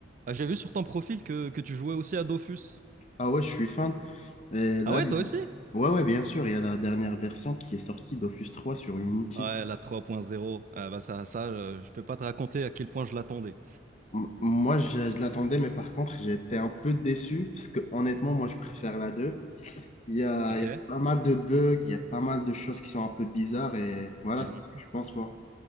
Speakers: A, on the right (about 40°); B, on the left (about 35°).
A: Ah, j'ai vu sur ton profil que, que tu jouais aussi à Dofus.
B: Ah ouais, je suis fan. Et là,
A: Ah ouais,
B: il
A: toi
B: y
A: aussi?
B: a- ouais, ouais, bien sûr, il y a la dernière version qui est sortie dofus 3 sur Unity.
A: Ouais, la 3.0. Ah bah ça, ça euh, je peux pas te raconter à quel point je l'attendais.
B: M- Moi, je, je l'attendais, mais par contre, j'étais un peu déçu parce que honnêtement, moi, je préfère la 2. Il y a,
A: Ok?
B: il y a pas mal de bugs, il y a pas mal de choses qui sont un peu bizarres et voilà,
A: Mhm.
B: c'est ce que je pense, moi.